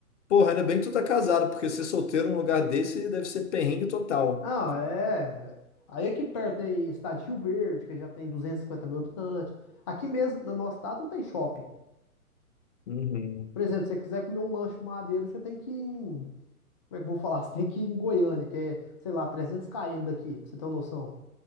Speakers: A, on the left; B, on the left.
A: Porra, ainda bem que tu tá casado, porque ser solteiro num lugar desse deve ser perrengue total.
B: Não, é. Aí aqui perto tem estado de Rio Verde, que já tem 250 mil habitantes. Aqui mesmo, no nosso estado, não tem shopping.
A: Uhum.
B: Por exemplo, se você quiser comer um lanche madeira, você tem que ir em... Como é que eu vou falar? <laughs> Você tem que ir em Goiânia, que é, sei lá, trezentos km daqui, pra você ter uma noção.